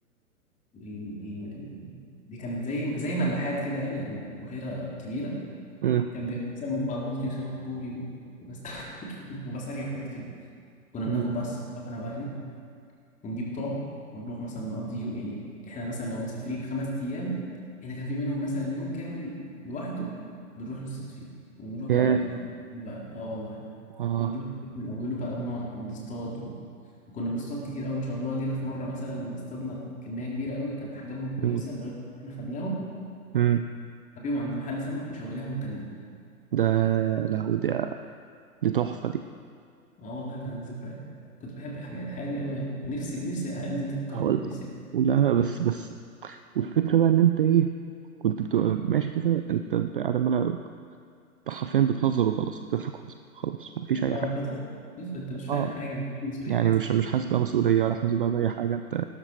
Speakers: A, on the left; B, on the right.
A: ال... ال... ال... دي كانت زي زي ملاحات كده يعني أو بحيرة كبيرة
B: امم
A: كان بيبقى فيه سمك بقى بلطي وسمك بوري و- وبس <laughs> وبسارية وحاجات كده كنا بناخد
B: امم
A: بقى الصفحات أنا وأهلي ونجيب طعم ونروح مثلا نقضي يوم يعني إحنا مثلا لو مسافرين خمس أيام إحنا كان في منهم مثلا يوم كامل لوحده بنروح نصطاد فيه كنا بنروح بقى
B: ياه
A: نقضي اليوم بقى اه والله
B: اه
A: كنا نروح الكتاب من أوله بقى ونقعد نصطاد و... وكنا بنصطاد كتير أوي ما شاء الله جينا في مرة مثلا اصطادنا كمية كبيرة أوي وكان أحجامهم كويسة
B: مم.
A: لدرجة إن إحنا خدناهم
B: مم.
A: نبيهم عند محل سمك وشويناهم وكلناهم
B: ده لا ودي دي تحفة دي
A: آه والله كانت ذكريات كنت بحب الحاجة الحياة دي أوي يعني نفسي نفسي الأيام دي تتكرر
B: هقول
A: نفسي
B: لك لا
A: لا
B: بس بس والفكرة بقى ان انت ايه كنت بتبقى ماشي كده انت قاعد عمال حرفيا بتهزر وخلاص بتضحك وخلاص خلاص مفيش اي
A: طبعا
B: حاجة
A: أنت طفل طفل أنت مش
B: اه
A: فاهم حاجة مش فاهم مسؤوليات
B: يعني مش مش حاسس بقى مسؤولية ولا حاسس بقى بأي حاجة انت